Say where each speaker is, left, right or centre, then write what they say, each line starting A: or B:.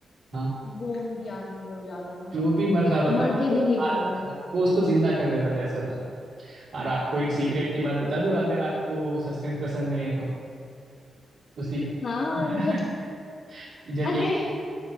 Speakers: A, on the right; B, on the left.
A: हाँ
B: वो उनकी आर्मी में हो जाता था
A: जो भी मर जाता था
B: मरते
A: ना वो
B: भी नहीं
A: आ,
B: थे वो
A: हाँ, वो उसको जिंदा कर देता था ऐसा था और आपको एक सीक्रेट की बात बता दूं अगर आपको सस्पेंस पसंद नहीं है तो उसी का
B: हाँ मतलब
A: <laughs> जब
B: अरे
A: एक